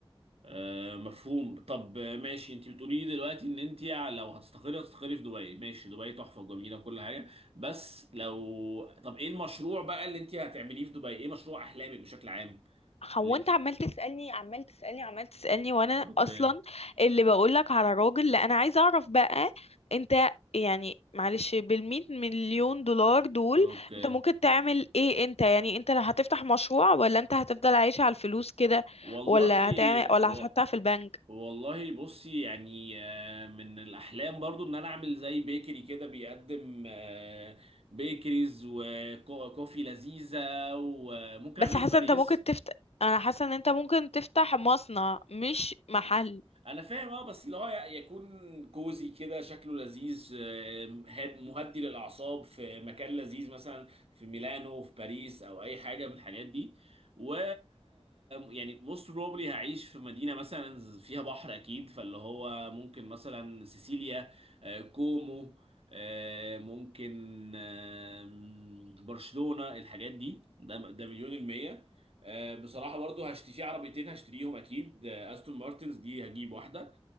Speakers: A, on the right; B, on the left.
A: آه مفهوم طب آه، ماشي انت بتقولي لي دلوقتي ان انت لو هتستقري هتستقري في دبي ماشي دبي تحفه وجميله وكل حاجه بس لو طب ايه المشروع بقى اللي انت هتعمليه في دبي ايه مشروع احلامك بشكل عام
B: هو
A: اللي انت
B: انت عمال تسألني عمال تسألني عمال تسألني وانا
A: اوكي
B: اصلا اللي بقولك على راجل لا انا عايزه اعرف بقى انت يعني معلش بالمية مليون دولار دول
A: اوكي
B: انت ممكن تعمل ايه انت يعني انت لا هتفتح مشروع ولا انت هتفضل عايش على الفلوس كده
A: والله
B: ولا هتعمل ولا
A: و...
B: هتحطها في البنك
A: والله بصي يعني آه، من الاحلام برضو ان انا اعمل زي بيكري كده بيقدم آه، بيكريز وكوفي لذيذه وممكن
B: بس
A: اعمله
B: حاسه
A: في باريس
B: انت ممكن تفتح انا حاسه ان انت ممكن تفتح مصنع مش محل
A: انا فاهم اه بس اللي هو ي- يكون كوزي كده شكله لذيذ آه، هاد- مهدي للاعصاب في مكان لذيذ مثلا في ميلانو في باريس او اي حاجه من الحاجات دي و يعني موست بروبلي هعيش في مدينه مثلا فيها بحر اكيد فاللي هو ممكن مثلا سيسيليا آه، كومو آه، ممكن آه، برشلونه الحاجات دي ده ده مليون المية آه، بصراحة برضو هشتري في عربيتين هشتريهم أكيد آه، أستون مارتنز دي هجيب واحدة